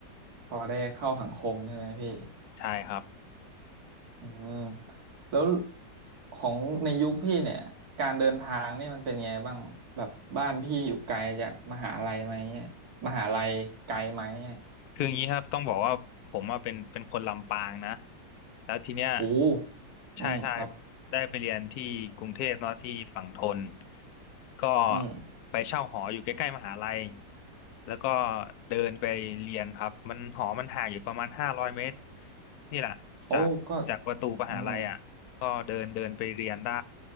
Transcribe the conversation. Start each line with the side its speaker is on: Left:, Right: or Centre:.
Right: พอได้เข้าสังคมใช่ไหมพี่
Left: ใช่ครับ
Right: อืมแล้วของในยุคพี่เนี่ยการเดินทางนี่มันเป็นไงบ้างแบบบ้านพี่อยู่ไกลจากมหาลัยไหมเนี่ยมหาลัยไกลไหมเนี่ย
Left: คืออย่างนี้ครับต้องบอกว่าผมอะเป็นเป็นคนลำปางนะแล้วทีเนี้ย
Right: โอ้
Left: ใช่ใช่
Right: อืมครับ
Left: ได้ไปเรียนที่กรุงเทพเนาะที่ฝั่งธนก็
Right: อืม
Left: ไปเช่าหออยู่ใกล้ๆมหาลัยแล้วก็เดินไปเรียนครับมันหอมันห่างอยู่ประมาณห้าร้อยเมตรนี่แหละจากจากประตูมหาลัยอ่ะก็เดินเดินไปเรียนได้
Right: โอ้ก็อืม